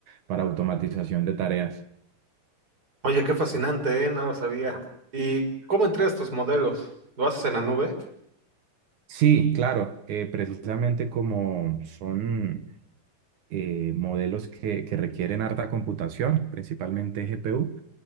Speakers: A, on the right; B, on the right.
A: para automatización de tareas.
B: Oye, qué fascinante, ¿eh? No lo sabía. ¿Y cómo entregas tus modelos? ¿Lo haces en la nube?
A: Sí, claro, eh, precisamente como son eh, modelos que, que requieren harta computación, principalmente GPU,